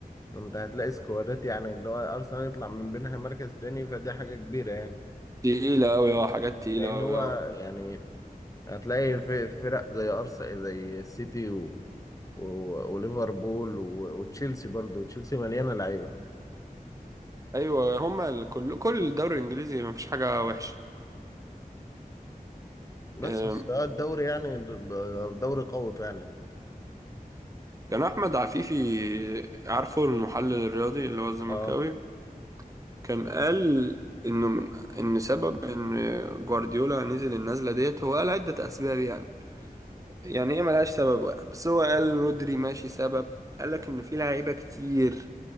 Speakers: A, on the left; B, on the right.
A: انت هتلاقي سكوادات يعني اللي هو ارسنال يطلع من بينها مركز تاني فدي حاجه كبيره يعني
B: تقيلة أوي أه حاجات تقيلة
A: لان
B: أوي
A: هو
B: أه
A: يعني هتلاقي في فرق زي ارسنال زي السيتي و... و... وليفربول و... وتشيلسي برضو تشيلسي مليانه لعيبه
B: ايوه هما ال- كل كل الدوري الانجليزي ما فيش حاجه وحشه
A: بس
B: أم،
A: بس ده الدوري يعني د- دوري قوي فعلا
B: كان احمد عفيفي عارفه المحلل الرياضي اللي هو الزملكاوي
A: اه
B: كان قال انه من ان سبب ان جوارديولا نزل النزله ديت هو قال عده اسباب يعني يعني ايه ملهاش سبب واحد، بس هو قال رودري ماشي سبب قال لك ان في لعيبه كتير